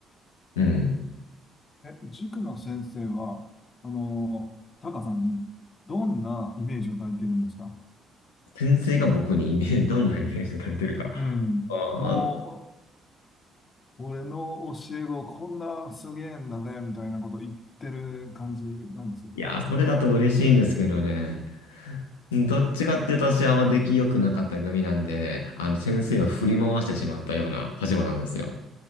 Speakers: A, on the left (about 75°); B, on the left (about 35°).
A: うん。
B: なるほどえ、塾の先生は、あの、タカさんにどんなイメージを抱いてるんですか
A: 先生が僕にイメージ、どんなイメージを抱いてるか。
B: うん。
A: あー
B: もう、お俺の教え子こんなすげえんだぜ、みたいなこと言ってる感じなんですよ。
A: いやー、それだと嬉しいんですけどね。どっちかっていうと私はあんま出来良くなかった組なんで、あの先生を振り回してしまったような立場なんですよ。